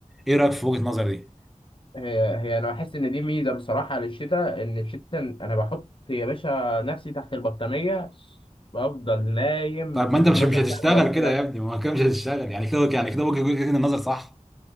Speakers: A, in the centre; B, on the left (about 40°).
A: ايه رايك في وجهه النظر دي
B: هي هي انا بحس ان دي ميزه بصراحه للشتاء ان الشتاء انا بحط يا باشا نفسي تحت البطانيه بفضل نايم
A: طيب ما
B: بال
A: انت مش
B: 12
A: مش هتشتغل
B: ساعه بقول
A: كده
B: لا
A: يا ابني ما هو كده مش هتشتغل يعني كده يعني كده وجهه وجهة النظر صح